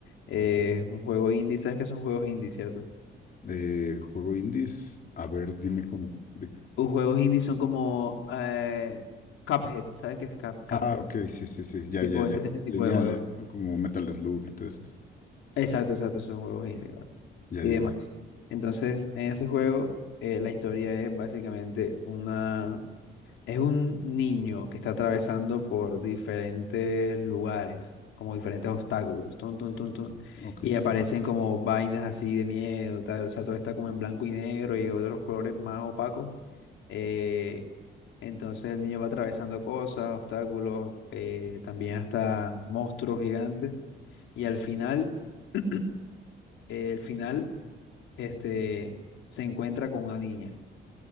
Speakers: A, on the left; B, on the left.
A: Eh,
B: Ok.
A: un juego indie, ¿sabes qué son juegos indie, cierto?
B: Eh, juego indies, a ver, dime cómo. de-
A: Los juegos indie son como eh, Cuphead, ¿sabes qué es Cup- Cuphead?
B: Ah, ok, sí, sí, sí, ya,
A: Tipo
B: ya, ya.
A: ese, ese tipo
B: Lineales,
A: de juegos.
B: ¿no? Como Metal Slug y todo eso.
A: Exacto, exacto, son juegos indie, ¿verdad?
B: Ya,
A: y
B: ya,
A: demás.
B: ya.
A: Entonces, en ese juego, eh, la historia es básicamente una... Es un niño que está atravesando por diferentes lugares, como diferentes obstáculos, tun, tun, tun, tun,
B: Ok,
A: y aparecen como vainas así de miedo, tal, o sea, todo está como en blanco y negro y otros colores más opacos. eh, entonces el niño va atravesando cosas, obstáculos, eh, también hasta monstruos gigantes, y al final... <clears throat> eh, el final, este, se encuentra con una niña.